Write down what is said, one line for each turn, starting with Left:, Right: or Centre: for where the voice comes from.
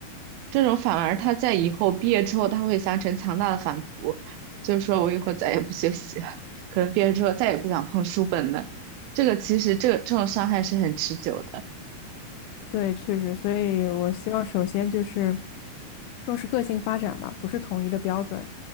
Right: 这种反而他在以后毕业之后，他会形成强大的反扑，就是说我以后再也不学习了，可能毕业之后再也不想碰书本了。这个其实这这种伤害是很持久的。
Left: 对，确实，所以我希望首先就是重视个性发展嘛，不是统一的标准，